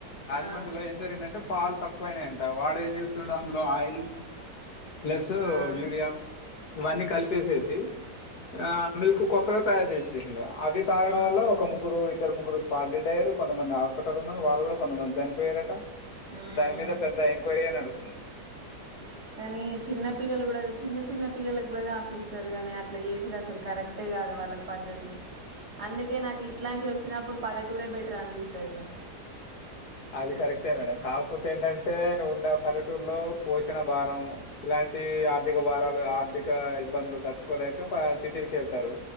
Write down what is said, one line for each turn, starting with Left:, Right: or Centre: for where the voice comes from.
Left: రాజమండ్రిలో
Right: ఆ!
Left: ఏం జరిగిందంటే పాలు తక్కువైనాయంట వాడు ఏం చేస్తుండు అందులో ఆయిల్ ప్లస్
Right: ఆ!
Left: యూరియా ఇవన్నీ కలిపేసేసి ఆ మిల్క్ కొత్తగా తయారు చేసిండు అవి తాగడం
Right: హ్మ్.
Left: వల్ల ఒక ముగ్గురు ఇద్దరు ముగ్గురు స్పాట్ డెడ్ అయిరు కొంతమంది హాస్పిటల్ ఉన్నారు వాళ్ళు గూడా కొంతమంది చనిపోయారట
Right: హ్మ్.
Left: దాని మీద పెద్ద ఎంక్వయిరీ యే నడుస్తుంది <inaudible>
Right: కానీ చిన్న పిల్లలు గూడా చిన్న చిన్న పిల్లలకు గూడా తాపిస్తరు గాని అట్లా చేసే అసలు కరెక్టే గాదు వాళ్ళకు పద్దతి అందుకే నాకు ఇట్లాంటి వచ్చినప్పుడు పల్లెటూరే బెటర్ అనిపిస్తది సార్
Left: అది కరెక్టే మేడం కాకపోతే ఏంటంటే ఉన్న పల్లెటూరులో పోషణ భారం ఇలాంటి ఆర్థిక భారాలు ఆర్థిక ఇబ్బందులు తట్టుకోలేక కా ప సిటీలకెళ్తారు